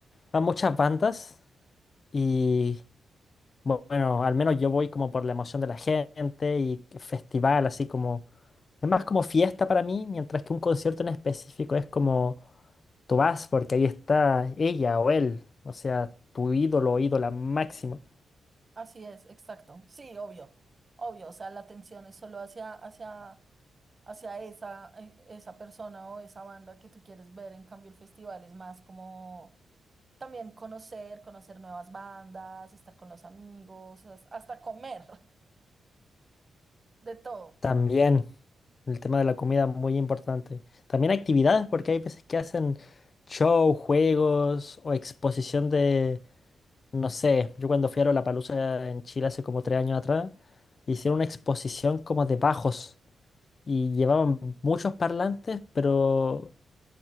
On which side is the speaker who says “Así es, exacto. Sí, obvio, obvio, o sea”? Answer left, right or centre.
Right